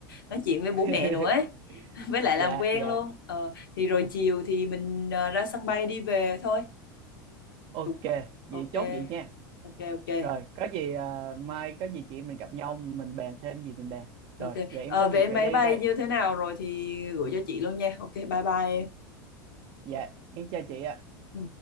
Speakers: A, on the left; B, on the right.
A: nói chuyện với
B: <laughs>
A: bố mẹ nữa ấy. <laughs> Với lại
B: dạ
A: làm quen
B: dạ
A: luôn. Ờ, thì rồi chiều thì mình ờ, ra sân bay đi về thôi.
B: ok
A: Tục.
B: vậy
A: Ok.
B: chốt vậy nha
A: Ok ok.
B: Rồi, có gì à, mai có gì chị em mình gặp nhau mình bàn thêm gì mình bàn. Rồi,
A: Ok.
B: giờ em
A: Ờ,
B: có
A: vé
B: việc
A: máy
B: phải đi
A: bay
B: đây.
A: như thế nào rồi thì gửi cho chị luôn nha. Ok, bye bye em.
B: Dạ, em chào chị ạ.
A: Ừ.